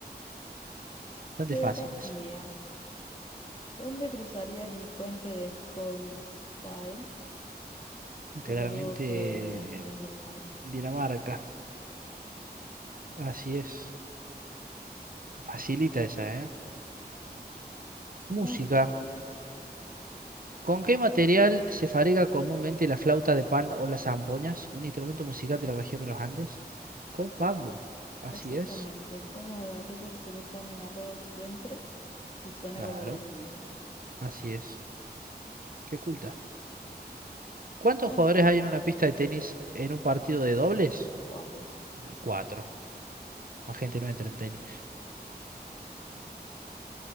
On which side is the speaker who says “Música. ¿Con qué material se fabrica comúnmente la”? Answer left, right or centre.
Right